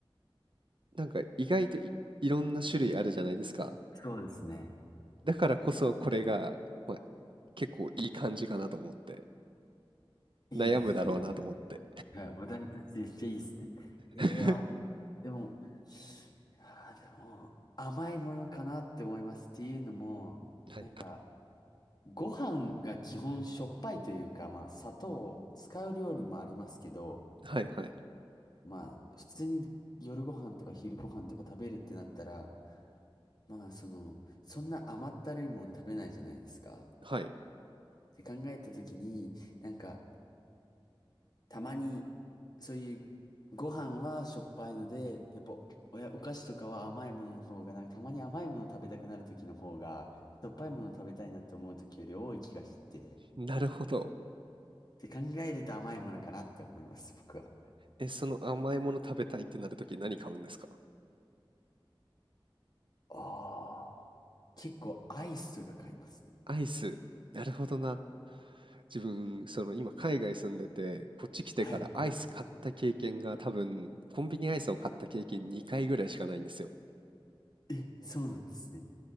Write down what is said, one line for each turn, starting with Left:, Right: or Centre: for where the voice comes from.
Right: なんか意外とい、いろんな種類あるじゃないですか。
Left: そうですね。
Right: だからこそこれが、まあ、結構いい感じかなと思って、
Left: いいですね。
Right: 悩むだろうなと思って。
Left: はい、お題としてめっちゃいいですね。いや、
Right: <laughs>
Left: でも、いやでも、甘いものかなって思います。っていうのも、
Right: はい。
Left: なんか、ご飯が基本しょっぱいというか、まあ、砂糖を使う料理もありますけど、
Right: <laughs> はいはい。
Left: まあ、普通に夜ご飯とか昼ご飯とか食べるってなったら、まあ、その、そんな甘ったるいもの食べないじゃないですか。
Right: はい。
Left: って考えたときに、なんか、たまに、そういうご飯はしょっぱいので、やっぱおや、お菓子とかは甘いものの方が、なんかたまに甘いもの食べたくなる時の方が、しょっぱいもの食べたいなと思う時より多い気がしてて、
Right: なるほど。
Left: で考えると甘いものかなって思います、僕は。
Right: え、その甘いもの食べたいってなるとき何買うんですか
Left: ああ、結構アイスとか買いますね。
Right: アイス。なるほどな。自分、その今海外住んでて、こっち来てからアイス買った経験が多分、
Left: はい。
Right: コンビニアイスを買った経験2回ぐらいしかないんですよ。
Left: え、そうなんですね。